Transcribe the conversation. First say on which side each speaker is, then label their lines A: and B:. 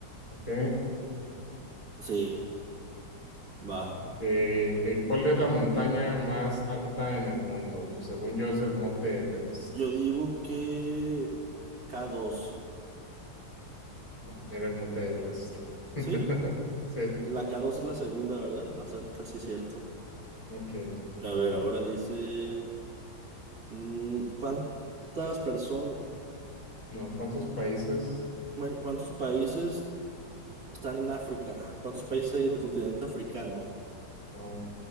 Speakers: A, on the left; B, on the right.
A: Ok,
B: Sí, va.
A: ok, ok. ¿Cuál es la montaña más alta en el mundo? Pues según yo es el Monte Everest.
B: Yo digo que k dos
A: No, era el Monte Everest.
B: ¿sí?
A: <laughs> Sí,
B: La k dos es la segunda, ¿verdad? Más alta, sí, cierto.
A: ok.
B: A ver, ahora dice, mm, ¿cuántas personas,
A: No, ¿cuántos países?
B: cuántos países Están en África. ¿Cuántos países hay en el continente africano?
A: No,